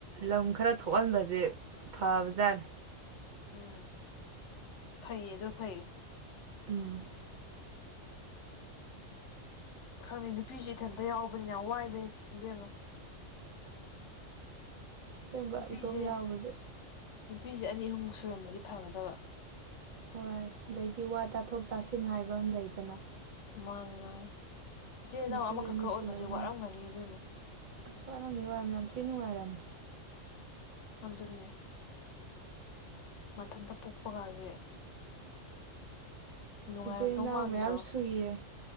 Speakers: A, on the right; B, on the left.
A: ꯂꯝ ꯈꯔ ꯊꯣꯛꯍꯟꯕꯁꯦ ꯐꯥꯥꯎꯖꯟ
B: ꯎꯝ ꯐꯩꯌꯦ ꯑꯗꯨ ꯐꯩꯌꯦ
A: ꯎꯝ
B: ꯈꯪꯉꯦ ꯅꯨꯄꯤꯁꯨ ꯏꯊꯟꯇ ꯌꯥꯎꯕꯅꯤꯅ ꯌꯥꯝ ꯋꯥꯏ ꯂꯩꯦ ꯅꯨꯄꯤ ꯑꯃ
A: ꯁꯦꯡꯕ
B: ꯅꯨꯄꯤꯁꯦ
A: ꯏꯇꯣꯝ ꯌꯥꯎꯕꯁꯦ
B: ꯅꯨꯄꯤꯁꯦ ꯑꯅꯤ ꯑꯍꯨꯝꯨꯛ ꯁꯨꯔꯝꯕꯗꯤ ꯐꯒꯗꯕ
A: ꯍꯣꯏ ꯑꯗꯩꯗꯤ ꯋꯥ ꯇꯥꯊꯣꯛ ꯇꯥꯁꯤꯟ ꯍꯥꯏꯕ ꯑꯃ ꯂꯩꯗꯅ
B: ꯃꯥꯅꯦ ꯃꯥꯅꯦ ꯏꯆꯤꯜ ꯏꯅꯥꯎ
A: ꯅꯨꯄꯤ
B: ꯑꯃꯈꯛ
A: ꯑꯅꯤ
B: ꯈꯛ
A: ꯁꯨꯔꯒꯅ
B: ꯑꯣꯏꯕꯁꯦ ꯋꯥꯔꯝꯒꯅꯤ ꯏꯕꯦꯝꯅ
A: ꯑꯁ ꯋꯥꯔꯝ ꯋꯥꯝ ꯌꯥꯝ ꯊꯤ ꯅꯨꯡꯉꯥꯏꯔꯝ
B: ꯑꯗꯨꯅꯦ ꯃꯊꯟꯇ ꯄꯣꯛꯄꯒꯁꯦ ꯅꯨꯡꯉꯥꯏꯔꯝꯗꯧ
A: ꯏꯆꯦ ꯏꯅꯥꯎ
B: ꯃꯥꯟꯗ꯭ꯔꯣ
A: ꯃꯌꯥꯝ ꯁꯨꯏꯌꯦ